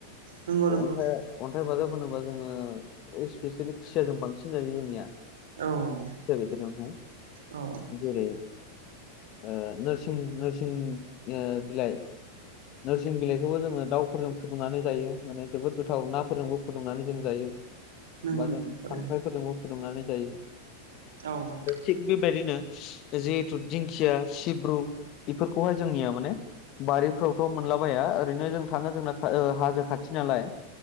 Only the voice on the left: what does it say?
अनथाइ अन्थाइ बाजाब होनोबा जोङो इस्पेसियेलि खुसियााजों बांसिन जायो जोंनिया।
खुसिया बेदरजोंहाय
जेरै ओ नोरसिं नोरसिं ओ बिलाइ नोरसिं बिलाइखौबो जोङो दाउफोरजों फुदुंनानै जायो माने जोबोद गोथाव नाफोरजोंबो फुदुंनानै जों जायो।
बा
जों
खांख्राइफोरजोंबो फुदुंनानै जायो।
थि बेबायदिनो जिहेतु दिंखिया सिब्रु इफोरखौहाय जोंनिया माने बारिफ्राव फ्राव मोनलाबाया ओरैनो जों थाङो जोंना ओ हाजो खाथि नालाय।